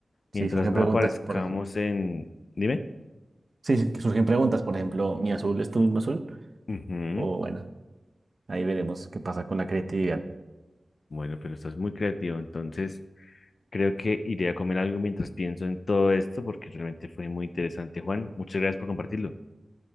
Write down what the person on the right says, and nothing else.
Sí,
surgen
preguntas,
por ejemplo.
Sí, sí, que surgen preguntas, por ejemplo, ¿mi azul es tu mismo azul?
O bueno, ahí veremos qué pasa con la creatividad.